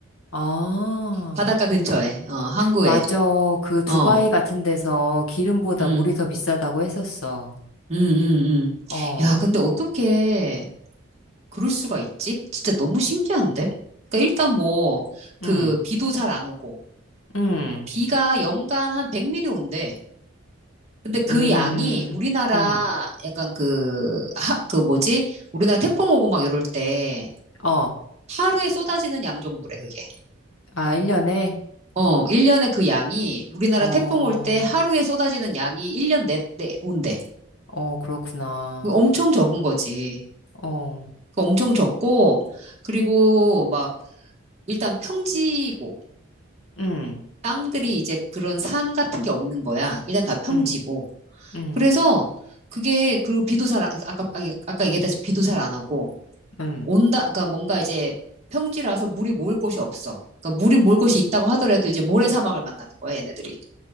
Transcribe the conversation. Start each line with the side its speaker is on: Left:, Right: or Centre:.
Left: 아,
Right: 바닷가 근처에, 어, 항구에.
Left: 맞아. 그 두바이
Right: 어,
Left: 같은 데서 기름보다
Right: 음.
Left: 물이 더 비싸다고 했었어.
Right: 음, 음, 음.
Left: 어,
Right: 야, 근데 어떻게 그럴 수가 있지? 진짜 너무 신기한데? 그러니까 일단 뭐, 그,
Left: 음,
Right: 비도 잘 안 오고,
Left: 음,
Right: 비가 연간 한 100mm 온대. 근데 그
Left: 음,
Right: 양이 우리나라
Left: 음,
Right: 약간 그, 하, 그 뭐지? 우리나라 태풍 오고 막 이럴 때
Left: 어,
Right: 하루에 쏟아지는 양 정도래, 그게.
Left: 아, 1년에?
Right: 어, 1년에 그 양이 우리나라
Left: 어,
Right: 태풍 올 때 하루에 쏟아지는 양이 1년 내, 내 온대.
Left: 어, 그렇구나.
Right: 그거 엄청 적은 거지.
Left: 어,
Right: 그거 엄청 적고, 그리고 막 일단 평지고
Left: 음,
Right: 땅들이 이제 그런 산 같은 게 없는 거야. 일단 다 평지고.
Left: 음, 음,
Right: 그래서 그게 그리고 비도 잘 안- 아까 아, 아까 얘기했다시피 비도 잘 안 오고
Left: 음.
Right: 온다 그러니까 뭔가 이제 평지라서 물이 모을 곳이 없어. 그러니까 물이 모을 곳이 있다고 하더라도 이제 모래사막을 만나는 거야, 얘네들이.